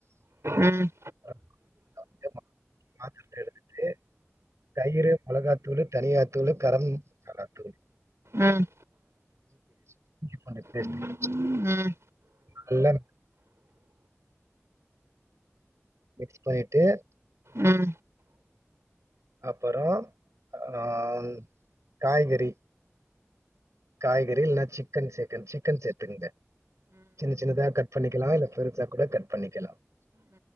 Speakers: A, on the right (about 65°); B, on the right (about 90°).
A: உம்
B: <unintelligible> பாத்தரத்த எடுத்துட்டு தயிரு மொளகாத் தூளு தனியா தூளு கரம்த் <unintelligible> தூளு
A: ம்
B: பூண்டு பேஸ்ட்
A: உம்ம்
B: நல்லா மிக்ஸ் பண்ணிட்டு
A: உம்
B: அப்பற அஹ் காய்கறி காய்கறி இல்ன்னா சிக்கன் சேர்க்கன் சிக்கன் சே்த்துங்க சின்ன சின்னதா கட் பண்ணிக்கலா இல்ல பெருசா கூட கட் பண்ணிக்கலா